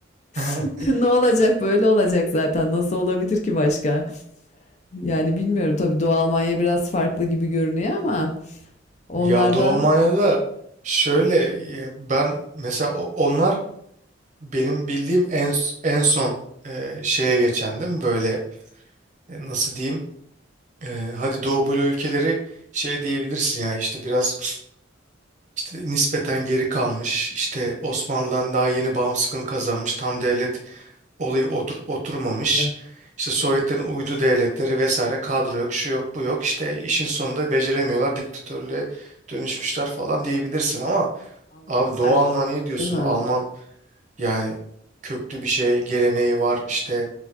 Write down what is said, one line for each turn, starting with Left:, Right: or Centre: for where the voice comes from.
Right: <laughs>
Left: <laughs> ne olacak böyle olacak zaten nasıl olabilir ki başka? Yani bilmiyorum tabii Doğu Almanya biraz farklı gibi görünüyor ama onlar
Right: Ya Doğu
Left: da
Right: Almanya'da da şöyle e, ben mesela o- onlar benim bildiğim en en son e, şeye geçen değil mi? Böyle e, nasıl diyeyim? E, hadi Doğu Bloğu ülkeleri şey diyebilirsin ya işte biraz işte nispeten geri kalmış. işte Osmanlı'dan daha yeni bağımsızlığını kazanmış. Tam devlet olayı otur, oturmamış.
Left: Eh,
Right: İşte Sovyetlerin uydu devletleri vesaire kadro yok, şu yok, bu yok. İşte işin sonunda beceremiyorlar, diktatörlüğe dönüşmüşler falan diyebilirsin ama
Left: Almanlar
Right: Abi Doğu Almanya diyorsun.
Left: değil mi?
Right: Alman yani köklü bir şey, geleneği var. İşte